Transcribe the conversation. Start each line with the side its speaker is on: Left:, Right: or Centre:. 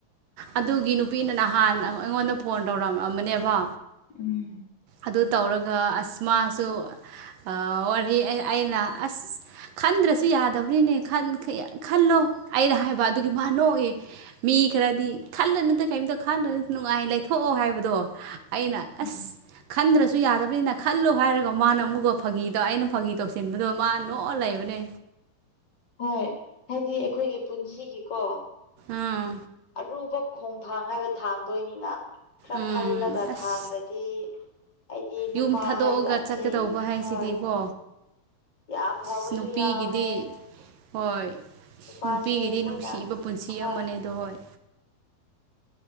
Right: ꯑꯗꯨꯒꯤ ꯅꯨꯄꯤꯅ ꯅꯍꯥꯟ ꯑ ꯑꯩꯉꯣꯟꯗ ꯐꯣꯟ ꯇꯧꯔꯝꯑꯝꯕꯅꯦꯕ꯫
Left: ꯎꯝ
Right: ꯑꯗꯨ ꯇꯧꯔꯒ ꯑꯁ ꯃꯥꯁꯨ ꯑꯥ ꯋꯥꯔꯤ ꯑꯩ ꯑꯩꯅ ꯑꯁ ꯈꯟꯗ꯭ꯔꯁꯨ ꯌꯥꯗꯕꯅꯤꯅꯦ ꯈꯟ ꯈꯌ ꯈꯜꯂꯣ ꯑꯩꯅ ꯍꯥꯏꯕ ꯑꯗꯨꯒꯤ ꯃꯥ ꯅꯣꯛꯏꯌꯦ ꯃꯤ ꯈ꯭ꯔꯗꯤ ꯈꯜꯂꯨꯅꯨꯗ꯫ ꯀꯩꯝꯇ ꯈꯟꯗꯦꯗ ꯅꯨꯡꯉꯥꯏ ꯂꯩꯊꯣꯛꯑꯣ ꯍꯥꯏꯕꯗꯣ ꯑꯩꯅ ꯑꯁ
Left: ꯎꯝ
Right: ꯈꯟꯗ꯭ꯔꯁꯨ ꯌꯥꯗꯕꯅꯤꯅ ꯈꯜꯂꯣ ꯍꯥꯏꯔꯒ ꯃꯥꯅ ꯑꯃꯨꯛꯀ ꯐꯥꯒꯤꯗꯣ ꯑꯩꯅ ꯐꯥꯒꯤ ꯇꯧꯁꯤꯟꯕꯗꯣ ꯃꯥ ꯅꯣꯛꯑ ꯂꯩꯕꯅꯦ
Left: ꯍꯣꯏ ꯍꯥꯏꯗꯤ ꯑꯩꯈꯣꯏꯒꯤ ꯄꯨꯟꯁꯤꯒꯤꯀꯣ
Right: ꯎꯝ
Left: ꯑꯔꯨꯕ ꯈꯣꯡꯊꯥꯡ ꯍꯥꯏꯕ ꯊꯥꯡꯗꯣꯏꯅꯤꯅ ꯈ꯭ꯔ
Right: ꯎꯝ
Left: ꯈꯜꯂꯒ
Right: ꯑꯁ
Left: ꯊꯥꯡꯗ꯭ꯔꯗꯤ ꯑꯩꯗꯤ ꯅꯨꯄꯥ
Right: ꯌꯨꯝ ꯊꯥꯗꯣꯛꯑꯒ
Left: ꯍꯥꯏ ꯖꯥꯠꯁꯦ
Right: ꯆꯠꯀꯗꯧꯕ ꯍꯥꯏꯁꯤꯗꯤꯀꯣ
Left: ꯍꯣꯏ ꯌꯥꯝ
Right: ꯑꯁ
Left: ꯐꯕꯁꯨ
Right: ꯅꯨꯄꯤꯒꯤꯗꯤ
Left: ꯌꯥꯎꯋꯦ
Right: ꯍꯣꯏ
Left: ꯅꯨꯄꯥꯁꯦ
Right: ꯅꯨꯄꯤꯒꯤꯗꯤ
Left: ꯑꯩꯈꯣꯏꯅ
Right: ꯅꯨꯡꯁꯤꯕ ꯄꯨꯟꯁꯤ
Left: ꯍꯣꯏ
Right: ꯑꯃꯅꯦꯗꯣ ꯍꯣꯏ